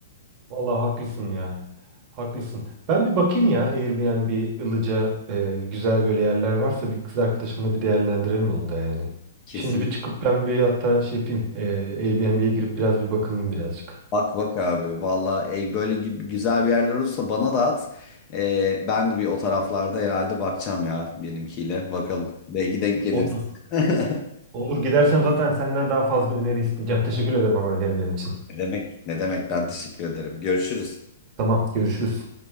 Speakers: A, on the right; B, on the left.
A: Vallahi haklısın ya. Haklısın. Ben bir bakayım ya Airbnb, Ilıca e, güzel böyle yerler varsa bir kız arkadaşımla bir değerlendirelim onu da yani.
B: <laughs> Kesin.
A: Şimdi bir çıkıp ben bir hatta şey yapayım. e, Airbnb'ye girip biraz bir bakınayım birazcık.
B: Bak bak abi valla e, böyle gü- güzel bir yerler olursa bana da at. E, ben de bir o taraflarda herhalde bakacağım ya benimkiyle. Bakalım belki denk geliriz.
A: Oldu.
B: <laughs>
A: Olur gidersem zaten senden daha fazla öneri isteyeceğim. Teşekkür ederim ama önerilerin için.
B: Ne demek ne demek ben teşekkür ederim. Görüşürüz.
A: Tamam görüşürüz.